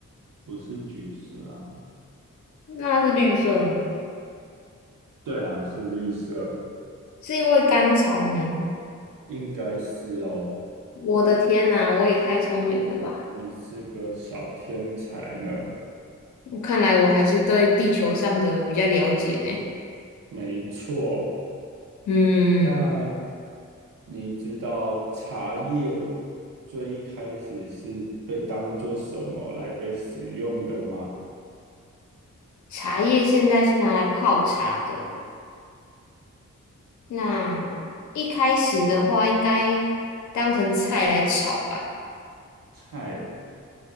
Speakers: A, on the right; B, on the left.
A: 不是橘色啊，
B: 那是绿色吗？
A: 对啊，是绿色，
B: 是因为甘草吗？
A: 应该是哦，
B: 我的天呐，我也太聪明了吧！
A: 你是个小天才呢，
B: 看来我还是对地球上的比较了解呢。
A: 没错。
B: 嗯，
A: 那你知道茶叶最一开始是被当做什么来被使用的吗？
B: 茶叶现在是拿来泡茶的，那一开始的话应该当成菜来炒吧？
A: 菜，